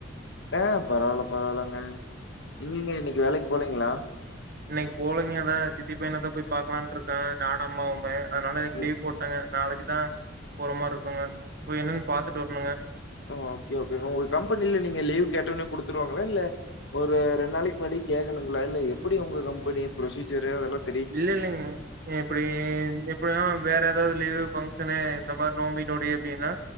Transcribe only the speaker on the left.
ஆ பரவால்ல பரவாலங்க நீங்கங்க இன்னிக்கு வேலைக்கு போலீங்ளா
ம்
ஆ ஓகே ஓகே ஒங்க கம்பெனில நீங்க லீவ் கேட்டோனே குடுத்துருவாங்ளா இல்ல ஒரு ரெண்டு நாளைக்கு முன்னாடி கேக்கணுங்களா இல்ல எப்டி ஒங்க கம்பெனி ப்ரொசீஜரு அதெல்லாத்